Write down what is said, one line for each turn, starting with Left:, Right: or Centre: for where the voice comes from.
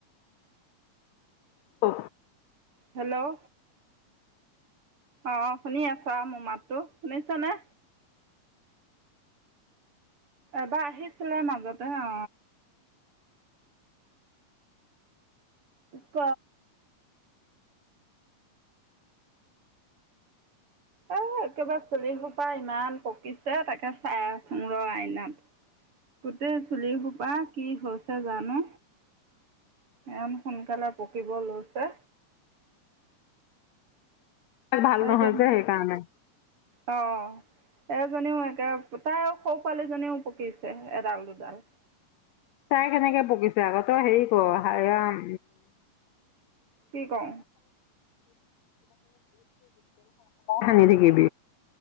Left: অ
Right: হেল্ল' অ শুনি আছ আৰু মোৰ মাতটো শুনিছনে। এবাৰ আহিছিলে মাজতে অ ক এ একেবাৰে চুলিসোপা ইমান পকিছে তাকে চাই আচুঙ ৰ আইনাত। গোটেই চুলিসোপা কি হৈছে জানো, ইমান সোনকালে পকিব লৈছে।
Left: ভাল
Right: এদম
Left: নহয় যে সেইকাৰণে
Right: অ এজনীও একে পৌতাও সৰু পোৱালিজনীও পকিছে এডাল দুডাল।
Left: তাই কেনেকে পকিছে আগত? তই হেৰি ক হাৰাম
Right: কি কওঁ?
Left: <inaudible> হানি থাকিব।